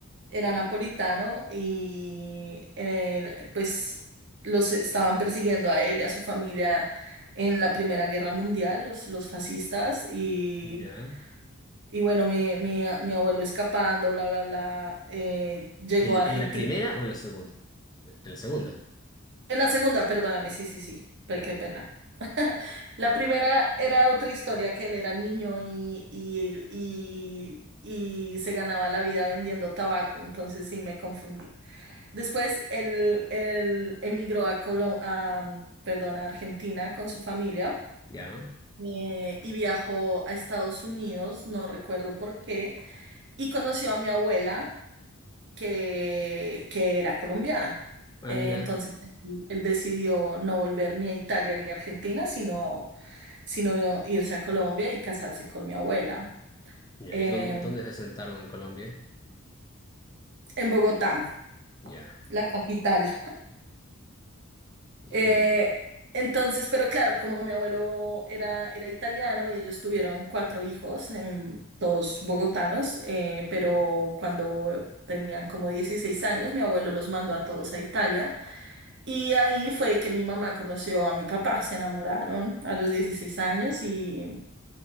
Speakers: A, on the right; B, on the left.
A: era napolitano y eh, pues los estaban persiguiendo a él y a su familia en la Primera Guerra Mundial, los, los fascistas, y,
B: Ya.
A: y bueno, mi, mi, mi abuelo escapando, bla, bla, bla, eh, llegó
B: ¿En,
A: a Argentina.
B: en la primera o en la segunda? En la segunda.
A: En la segunda, perdóname, sí, sí, sí, pe-
B: Ya,
A: qué pena. <laughs> La primera era otra historia, que él era niño y, y, y, y se ganaba la vida vendiendo tabaco, entonces sí me confundí. Después él, él emigró a Colo- a, mm, perdón, a Argentina con su familia
B: ya.
A: eh, y viajó a Estados Unidos, no recuerdo por qué, y conoció a mi abuela que, que era colombiana.
B: Ah,
A: Eh,
B: mira.
A: entonces él, él decidió no volver ni a Italia ni a Argentina, sino, sino irse a Colombia y casarse con mi abuela
B: Ya,
A: eh,
B: ¿y dónde, dónde se sentaron en Colombia?
A: en Bogotá,
B: Ya.
A: la capital.
B: ¿Y,
A: Eh, entonces, pero claro, como mi abuelo era, era italiano y ellos tuvieron cuatro hijos, em, todos bogotanos, eh, pero cuando tenían como 16 años, mi abuelo los mandó a todos a Italia y ahí fue que mi mamá conoció a mi papá, se enamoraron a los 16 años y,